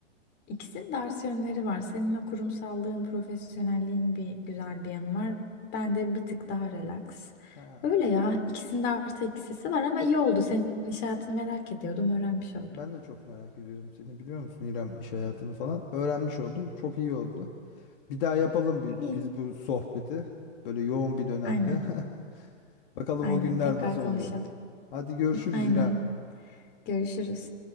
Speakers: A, on the left; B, on the left.
A: İkisinin de artı yönleri var. Senin o kurumsallığın, profesyonelliğin bir güzel bir yanı var. Ben de bir tık daha relax.
B: Ha,
A: Öyle ya. İkisinin de artı eksisi var ama iyi oldu. Senin iş hayatını merak ediyordum, öğrenmiş oldum.
B: ben de çok merak ediyorum seni biliyor musun İrem iş hayatını falan. Öğrenmiş oldum. Çok iyi oldu. Bir daha yapalım bir,
A: İyi.
B: biz bu sohbeti. Böyle yoğun bir dönemde.
A: Aynen,
B: <laughs> Bakalım
A: aynen.
B: o günler
A: Tekrar
B: nasıl
A: konuşalım.
B: oluyor. Hadi görüşürüz
A: Aynen.
B: İrem.
A: Görüşürüz.